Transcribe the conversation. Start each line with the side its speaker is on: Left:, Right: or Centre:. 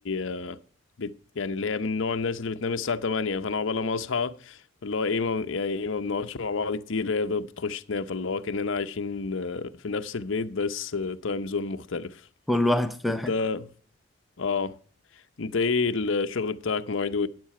Left: آه، بت يعني اللي هي من نوع الناس اللي بتنام الساعه 8 فانا عقبال ما اصحى اللي هو ايه ما يعني ايه ما بنقعدش مع بعض كتير هي بتخش تنام فاللي هو كاننا عايشين آه، في نفس البيت بس تايم زون مختلف
Centre: كل واحد في
Left: انت
Centre: حتة
Left: اه انت ايه الشغل بتاعك مواعيده